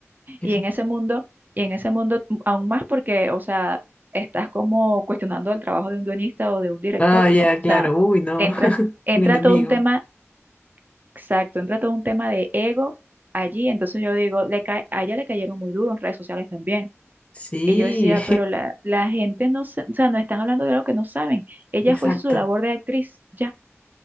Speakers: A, on the left (about 25°); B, on the right (about 40°).
A: Eso.
B: Y en ese mundo, y en ese mundo m- aún más porque, o sea, estás como cuestionando el trabajo de un guionista o de un director,
A: Ah, ya,
B: no, o
A: claro.
B: sea,
A: Uy, no.
B: entra,
A: <laughs>
B: entra
A: Un enemigo.
B: todo un tema Exacto, entra todo un tema de ego allí, entonces yo digo, le cae- a ella le cayeron muy duro en redes sociales también.
A: Sí,
B: Y yo decía, pero la, la gente no, se- o sea, no están hablando de algo que no saben. Ella
A: <laughs> exacto.
B: fue, hizo su labor de actriz, ya,